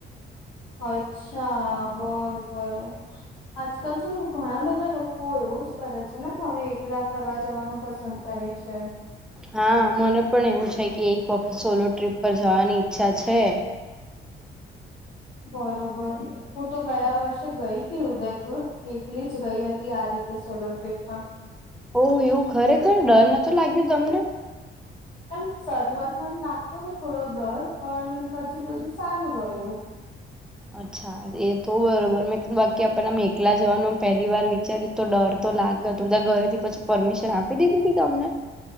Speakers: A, on the left; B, in the centre.
A: અચ્છા બરોબર આજકાલ તો ઘણા બધા લોકો એવું જ કરે છે ને હવે એકલાાખ ફરવા જવાનું પસંદ કરે છે
B: હા મને પણ એવું છે કે એક વખત સોલો ટ્રીપ પર જવાની ઈચ્છા છે
A: બરોબર હું તો ગયા વર્ષે ગઈ હતી ઉદયપુર એકલી જ ગઈ હતી આ રીતે સોલો ટ્રીપમાં
B: ઓ એવું ખરેખર ડર નતો લાગ્યો તમને
A: આમ શરૂઆતમાં એમ લાગતો હતો થોડો ડર પણ પછી બધું સારું રહ્યું
B: અચ્છા એ તો બરોબર મેં કીધું બાકી આપમ એકલા જવાનું પેહેલી વાર વિચારી તો ડર તો લાગે બધા ઘરે થી પછી પરમિશન આપી દીધી તી તમને